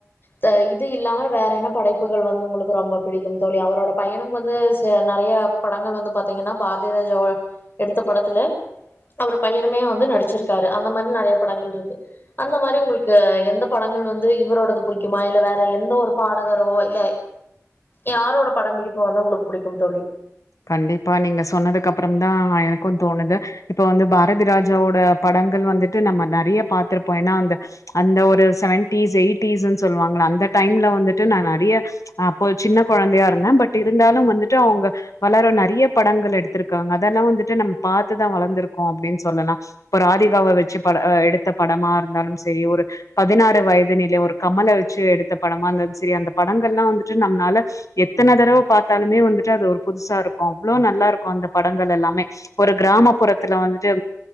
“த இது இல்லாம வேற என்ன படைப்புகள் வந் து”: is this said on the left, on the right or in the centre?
Left